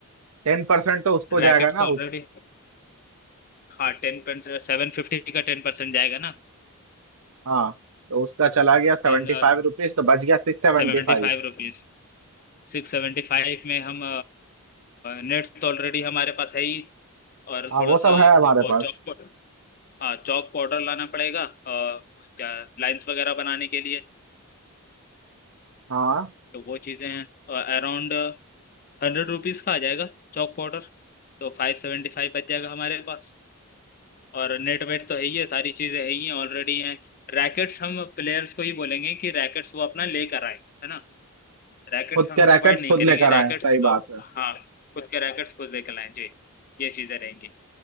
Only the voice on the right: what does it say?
टेन परसेंट तो उसको
जाएगा ना
उस
हाँ तो उसका चला गया सेवेंटी
फाइव रुपीज तो बच गया सिक्स सेवेंटी
फाइव
हाँ
वो सब
है हमारे
पास
हाँ
खुद
के रैकेट्स
खुद
लेकर आए
सही
बात है